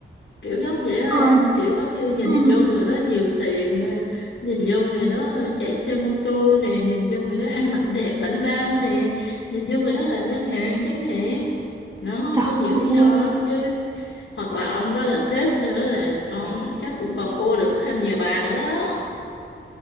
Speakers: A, on the left; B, on the right.
A: kiểu giống vậy á
B: ờ
A: em kiểu giống như nhìn
B: ừ.
A: vô người đó nhiều tiền nè nhìn vô người đó chạy xe mô tô nè nhìn vô người đó ăn mặc đẹp bảnh bao nè nhìn vô người đó làm ngân hàng chẳng hạn nó
B: trời
A: có nhiều lý
B: ơi
A: do lắm chứ hoặc là ông đó là sếp nữa là còn chắc cũng còn cua được thêm nhiều bà nữa đó